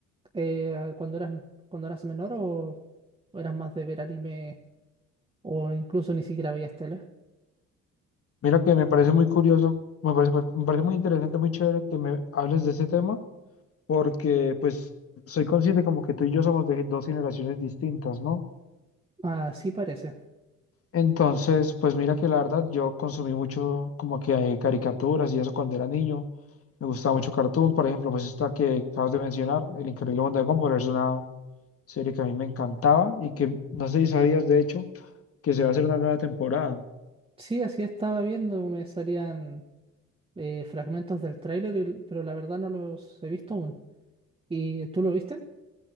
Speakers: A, on the right (about 20°); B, on the left (about 50°).
A: eh, cuando eras, cuando eras menor o, o eras más de ver anime o incluso ni siquiera veías tele?
B: Mira que me parece muy curioso, me parece, pues, me parece muy interesante, muy chévere que me hables de ese tema, porque pues soy consciente como que tú y yo somos de dos generaciones distintas, ¿no?
A: Así parece.
B: Entonces, pues mira que la verdad yo consumí mucho como que eh, caricaturas y eso cuando era niño, me gustaba mucho Cartoon, por ejemplo, pues esta que acabas de mencionar, El Increíble Mundo de Gumball, es una serie que a mí me encantaba y que no sé si sabías de hecho que se va a hacer una nueva temporada.
A: Sí, así estaba viendo, me salían eh, fragmentos del tráiler, y- pero la verdad no los he visto aún. ¿Y tú lo viste?